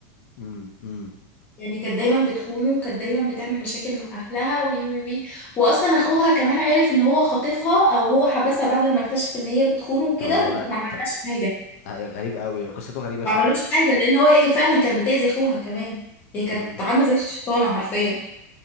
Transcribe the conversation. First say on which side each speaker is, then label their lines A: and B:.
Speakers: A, on the left (about 50°); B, on the left (about 20°).
A: امم امم
B: يعني كانت دايما بتخونه وكانت دايما بتعمل مشاكل مع اهلها وي وي وي واصلا اخوها كمان عرف ان هو خاطفها او هو حبسها بعد ما اكتشف ان هي بتخونه وكده
A: طب والله
B: وما عملهاش
A: طب
B: حاجه
A: هي غريب قوي قصته غريبة
B: ما
A: شوية
B: عملوش حاجه لان هو هي فعلا كانت بتاذي اخوها كمان هي كانت
A: امم
B: عامله زي الشيطانه حرفيا